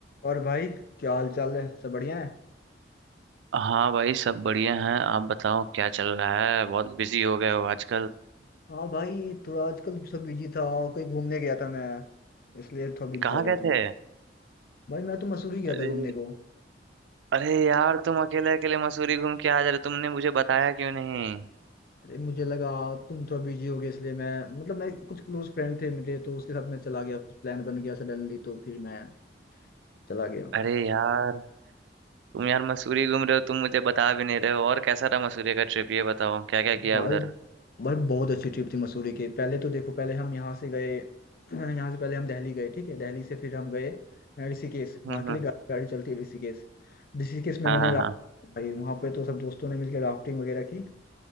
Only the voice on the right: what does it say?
हाँ भाई सब बढ़िया हैं आप बताओ क्या चल रहा है बहुत बिजी हो गए हो आजकल
कहाँ
गए
थे
अरे
अरे यार तुम अकेले अकेले मसूरी घूम के आ जा रहे हो, तुमने मुझे बताया क्यों नहीं
अरे यार तुम यार मसूरी घूम रहे हो तुम मुझे बता भी नहीं रहे हो और कैसा रहा मसूरी का ट्रिप ये बताओ क्या क्या किया
उधर
हम्म
हम्म
हाँ
हाँ
हाँ